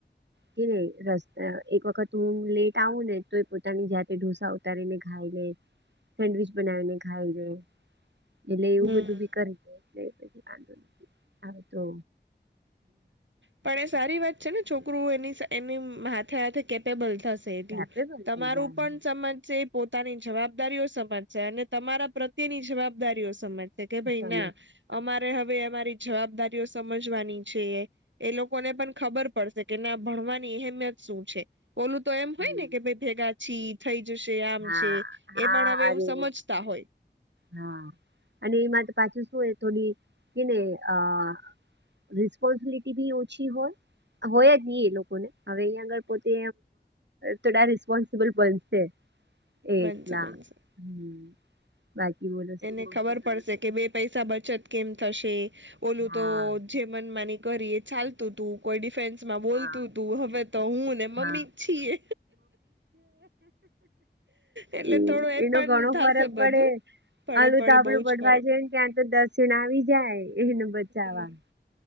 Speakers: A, on the right; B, on the right.
A: કે રસ્તા એક વખત હું લેટ આવું ને તો પોતાની જાત તે ઢુસા ઉતારી ને ખાય લે સેન્ડવીચ બનાવીને ખાઈ લે એટલે એવું
B: હમ
A: બધું બી કર દે એટ હવે તો.
B: પણ એ સારી વાત છે, ને છોકરું એની એની હાથે હાથે કેપેબલ થશે એટલું
A: કેપેબલ
B: તમારું
A: થઈ જાય
B: પણ સમજ છે, પોતાની જવાબદારીઓ સમજશે અને તમારા પ્રત્યેની જવાબદારીઓ સમજશે કે ભાઈ
A: સમજ
B: ના અમારે હવે અમારી જવાબદારીઓ સમજવાની છે, એ લોકોને પણ ખબર પડશે કે ના ભણવાની અહેમિયત શું છે, ઓલું તો એમ
A: હમ,
B: હોય ને કે ભ ભેગાછી થઈ. આમ
A: હા
B: છે
A: હા
B: એ પણ હવે
A: અરે
B: એવું સમજતા હોય.
A: હા અને એમાં તો પાછું શું એ થોડી કે ને આ. રિસ્પોન્સબિલિટી બી ઓછી હોય. હોય જ હી એ લોકોને હવે અહીં આગળ પોતે. થોડા રિસ્પોન્સબલ બનશે એકલા
B: બનશે બનશે.
A: હમ. બાકી બોલો શું
B: એને
A: કહો
B: ખબર
A: છો તમે
B: પડશે કે બે પૈસા બચત કેમ થશે. ઓલું
A: હા
B: તો જે મનમાની કરી એ ચાલતું તું કોઈ ડિફેન્સ. બોલતું
A: હા
B: તું હવે તો હું ને મમ્મી
A: હા
B: જ છીએ. એટલે
A: એ
B: થોડું
A: એનો
B: પણ
A: ઘણો
B: થશે
A: ફરક
B: બધું
A: પડે,
B: પડે
A: હલું
B: પડે
A: તો આપડું
B: બહુ
A: બઢવાય
B: જ ફરક
A: છેને ક્યાં તો દસ ણ આવી જાય એને બચાવા
B: હમ